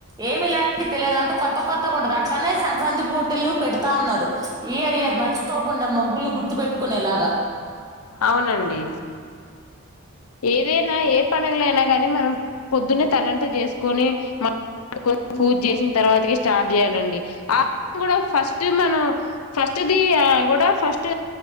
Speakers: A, on the right; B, on the left.
A: ఏమి <unintelligible> తెలేదు. అంత కొత్త కొత్తగ ఉంటరు. అట్లానే సన్ క్రాంతి పోటీలు పెడతాన్నాడు. ఈ ఏరియాకి మద్ ర్చ్ కోకుండా మగ్గుల్ను గుర్తుపెట్టుకునే లాగా
B: అవునండి. ఏదైనా ఏ పండగలైనా గానీ మనం పొద్దున్నే తల్లంట్టు జేసుకొని <unintelligible> పూజ చేసిన తర్వాతకి స్టార్ట్ చేయాలండి. ఆ కూడా ఫస్ట్ మనం ఫస్ట్ ది, ఆ కూడా ఫస్ట్